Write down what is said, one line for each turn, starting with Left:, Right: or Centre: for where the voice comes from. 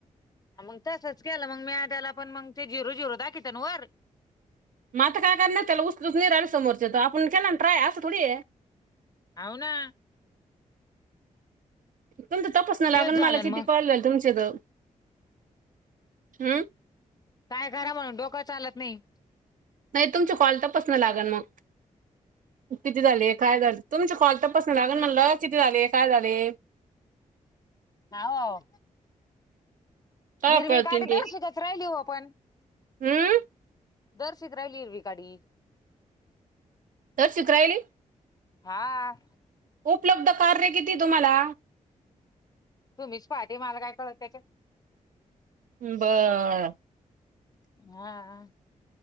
Left: मग तसंच केलं मग मी त्याला पण मग ते झिरो न झिरो दाखवित ना वर?
Right: मता काय कर नाही त्याला उस्तुच नाय राहिले समोरचे तर आपण केला ना ट्राय असं थोडी.
Left: हावना.
Right: तुमचा तपास न लागल
Left: तेच झालं
Right: मला किती
Left: ना मग
Right: कॉल. <unintelligible> हम्म.
Left: काय करा म्हणून डोकं चालत नाही.
Right: नाही तुमच्या कॉल तपास न लागल मग किती झाले काय झालं. तुमच्या कॉल तपासून लागल म्हटलं किती झाले काय झाले.
Left: हावव.
Right: काय
Left: हिरवी
Right: कळतील
Left: काडी
Right: ते
Left: दर्शिकच राहिली हो आपण.
Right: हम्म.
Left: दरशित राहिली इलवी गाडी.
Right: तशीच राहीले.
Left: हा.
Right: उपलब्ध कार रे किती तुम्हाला?
Left: तुम्हीच पहये ममला काय कळत.
Right: बर.
Left: हा हा.